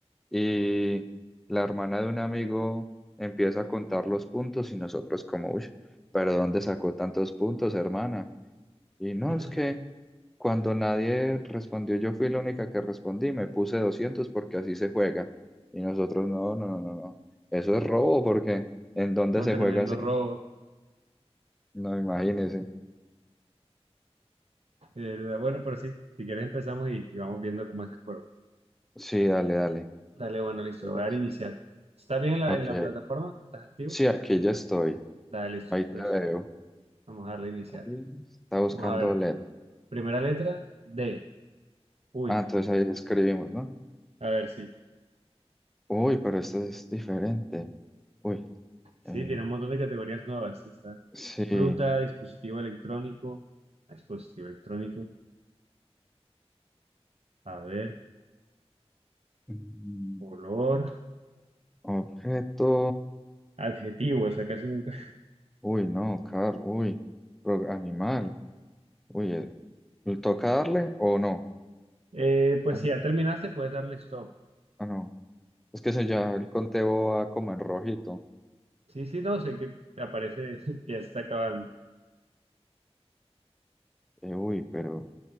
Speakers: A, in the centre; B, on the right (about 70°).
A: y la hermana de un amigo empieza a contar los puntos y nosotros como, uy, pero ¿dónde sacó tantos puntos, hermana? Y
B: <laughs>
A: no, es que cuando nadie respondió, yo fui la única que respondí, me puse 200 porque así se juega. Y nosotros, no, no, no, no, no. Eso es robo porque ¿en dónde
B: No,
A: se
B: tremendo
A: juega así?
B: robo,
A: No, imagínese.
B: de verdad. Bueno, pero sí, si quieres empezamos y, y vamos viendo cómo es el juego.
A: Sí, dale, dale.
B: Dale, bueno, listo,
A: Entonces,
B: lo voy a dar a iniciar. ¿Estás bien en la,
A: Ok.
B: en la plataforma? ¿Estás activo?
A: Sí, aquí ya estoy.
B: Dale, listo.
A: Ahí
B: Entonces,
A: te veo.
B: vamos a darle a iniciar.
A: Ahí Está buscando
B: Vamos a ver.
A: LED.
B: Primera letra, D. Uy,
A: Ah, entonces ahí escribimos, ¿no?
B: a ver si
A: Uy, pero esto es diferente. Uy,
B: Sí,
A: eh,
B: tiene un montón de categorías nuevas. Está
A: sí.
B: fruta, dispositivo electrónico, dispositivo electrónico, a ver,
A: Mm,
B: color,
A: Objeto.
B: adjetivo, esa casi nunca. <laughs>
A: Uy, no, Carl, uy, pero animal, uy, eh, ¿toca darle o no?
B: Eh, pues
A: Ah, no,
B: si ya terminaste, puedes darle stop.
A: ah, no. Es que se ya el conteo va como en rojito.
B: Sí, sí, no, sé que te aparece <laughs> que ya está acabando.
A: Eh, uy, pero